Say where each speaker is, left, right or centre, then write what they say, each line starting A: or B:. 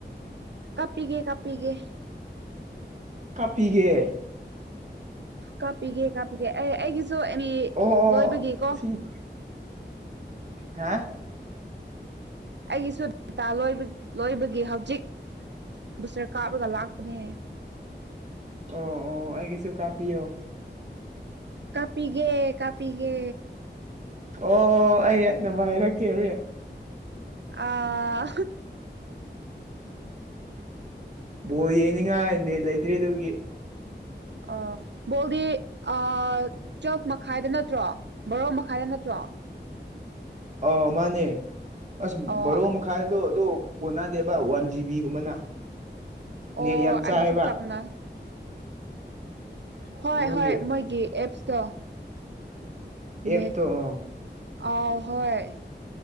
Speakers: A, on the right; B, on the right.
A: ꯀꯥꯞꯄꯤꯒꯦ ꯀꯥꯞꯄꯤꯒꯦ
B: ꯀꯥꯞꯄꯤꯒꯦ
A: ꯀꯥꯞꯄꯤꯒꯦ ꯀꯥꯞꯄꯤꯒꯦ ꯑꯦ ꯑꯩꯒꯤꯁꯨ ꯑꯦꯝꯕꯤ
B: ꯑꯣ
A: ꯂꯣꯏꯕꯒꯤꯀꯣ
B: ꯑꯁꯤ ꯍꯥ
A: ꯑꯩꯒꯤꯁꯨ ꯗꯇꯥ ꯂꯣꯏꯕꯒꯤ ꯍꯧꯖꯤꯛ ꯕꯨꯁꯇꯔ ꯀꯥꯞꯂꯒ ꯂꯥꯛꯄꯅꯦ
B: ꯑꯣ ꯑꯣ ꯑꯩꯒꯤꯁꯨ ꯀꯥꯄꯤꯌꯣ
A: ꯀꯥꯞꯄꯤꯒꯦ ꯀꯥꯞꯄꯤꯒꯦ
B: ꯑꯣ ꯑꯩꯥ <unintelligible> ꯍꯥꯏꯔꯛꯀꯦ ꯔꯦꯟ
A: ꯑꯥ
B: ꯕꯣ ꯌꯦꯡꯅꯤꯡꯉꯥꯏꯅꯦ ꯂꯩꯇ꯭ꯔꯤ ꯑꯗꯨꯒꯤ
A: ꯑ ꯕꯣꯜꯗꯤ ꯑ ꯆꯞ ꯃꯈꯥꯏꯗ ꯅꯠꯇ꯭ꯔꯣ ꯕꯣꯔꯣ ꯃꯈꯥꯏꯗ ꯅꯠꯇ꯭ꯔꯣ
B: ꯑ ꯃꯥꯅꯦ ꯑꯁ
A: ꯑꯣ
B: ꯕꯔꯣ ꯃꯈꯥꯏꯗꯣ ꯑꯗꯨ ꯀꯣꯟꯅꯗꯦꯕ ꯋꯥꯟ ꯖꯤꯕꯤꯒꯨꯝꯕꯅ
A: ꯑꯣ
B: ꯅꯦꯠ ꯌꯥꯝ ꯆꯥꯏꯑꯕ
A: ꯑꯩꯒꯤꯁꯨ ꯆꯞ ꯃꯥꯟꯅꯩ ꯍꯣꯏ
B: ꯑꯗꯨꯒꯤ
A: ꯍꯣꯏ ꯃꯣꯏꯒꯤ ꯑꯦꯞꯁꯇꯣ
B: ꯑꯦꯞꯇꯣ
A: ꯅꯦꯠ
B: ꯑꯣ
A: ꯑꯥꯎ ꯍꯣꯏ